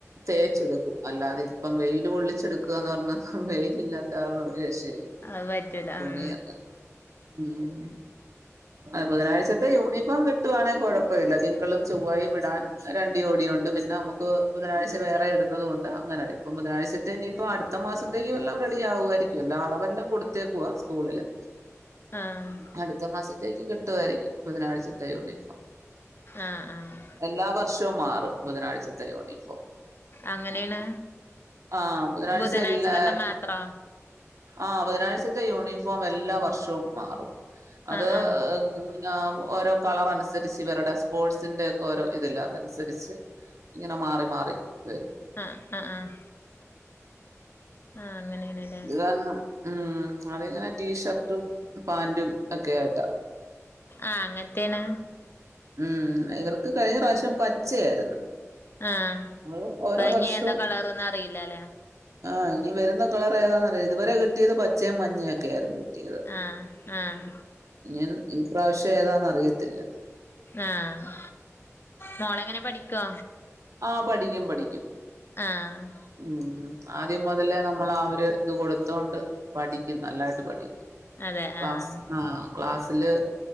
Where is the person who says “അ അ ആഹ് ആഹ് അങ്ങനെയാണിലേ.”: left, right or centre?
Left